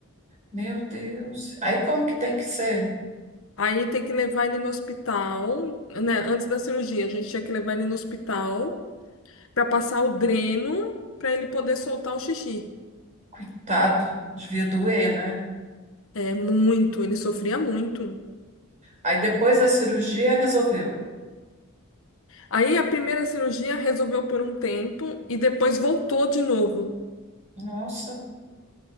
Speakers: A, on the right (about 35°); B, on the left (about 65°).
A: Meu Deus. Aí como que tem que ser?
B: Aí tem que levar ele no hospital, né? Antes da cirurgia, a gente tinha que levar ele no hospital para passar o dreno para ele poder soltar o xixi.
A: Coitado, devia doer, né?
B: É muito, ele sofria muito.
A: Aí depois da cirurgia resolveu.
B: Aí a primeira cirurgia resolveu por um tempo e depois voltou de novo.
A: Nossa,